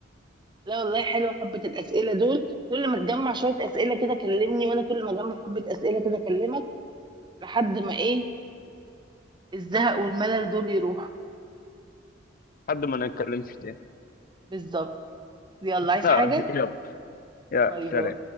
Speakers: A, on the right; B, on the left.
A: لا والله حلوه حبه الاسئله دول كل ما تجمع شويه اسئله كده كلمني وانا كل ما اجمع حبه اسئله كده اكلمك لحد ما ايه الزهق والملل دول يروحوا
B: حد ما نتكلمش تاني
A: بالظبط يلا عايز
B: لا
A: حاجه
B: يلا يا
A: باي
B: سلام
A: باي